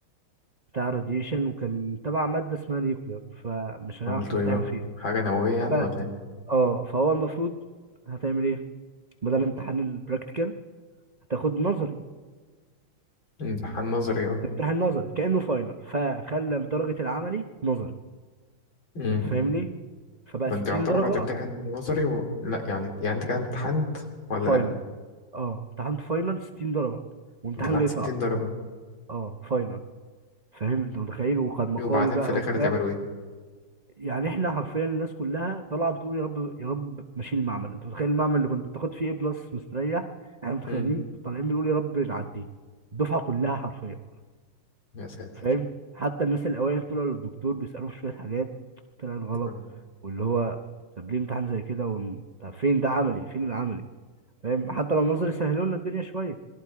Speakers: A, on the right (about 55°); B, on the left (about 70°).
A: بتاع راديشن وكان تبع ماده اسمها نيوكلير فمش هنعرف
B: عملتوا
A: نمتحن
B: ايه بقى؟
A: فيه
B: حاجة نووية يعني
A: ف...
B: ولا ايه؟
A: اه فهو المفروض هتعمل ايه بدل امتحان البراكتيكال هتاخد نظري
B: امتحان نظري
A: هتمتحن نظري كانه فاينل فخلى درجه العملي نظري
B: اه
A: أنت فاهمني فبقى
B: فانت
A: 60
B: يعتبر
A: درجة
B: هتمتحن نظري و... لا يعني يعني انت كده امتحنت ولا
A: فاينل
B: لا
A: اه امتحنت فاينل 60 درجة وامتحان
B: انت امتحنت
A: جاي صعب
B: 200 درجة
A: اه فاينل فاهم انت متخيل وقد مقالي
B: وبعدين
A: بقى
B: في الاخر
A: وبتاع
B: هتعملوا ايه
A: يعني احنا حرفيا الناس كلها طالعه بتقول يا رب يا رب ماشيين المعمل انت متخيل المعمل اللي كنت بتاخد فيه ايه بلس مستريح احنا متخيلين
B: امم
A: طالعين بنقول يا رب نعديه الدفعه كلها حرفيا
B: يا ساتر
A: فاهم حتى الناس الاوائل طلعوا للدكتور بيسالوه في شويه حاجات طلعت غلط
B: آه.
A: واللي هو طب ليه امتحان زي كده وان- طب فين ده عملي فين العملي فاهم حتى لو النظر يسهلوا لنا الدنيا شويه